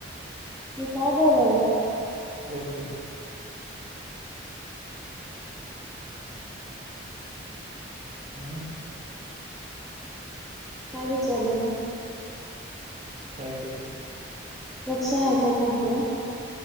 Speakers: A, in the centre; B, on the right.
A: तु काय बोलल्या?
B: बोल की. हम्म.
A: काय विचारलं मी?
B: काय ते?
A: लक्ष आहे का फोन कड?